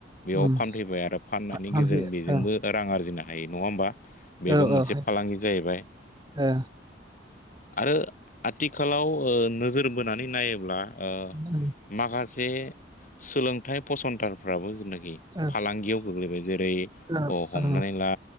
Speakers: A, on the left; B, on the right.
A: बेयाव
B: उम
A: फानफैबाय आरो फाननायनि
B: फानफैयो
A: गेजेरजों बेजोंबो
B: औ
A: रां आरजिनो हायो नङा होमबा? बेबो
B: औ
A: मोनसे
B: औ हाय
A: फालांगि जाहैबाय।
B: ओ
A: आरो आथिखालाव ओ नोजोर बोनानै नायोब्ला ओ
B: उम
A: माखासे जे सोलोंथाइ फसंथानफ्राबो जोंनाखि
B: ओ
A: फालांगियाव गोग्लैबाय जेरै
B: ओ
A: अ हमनानै
B: ओ
A: ला।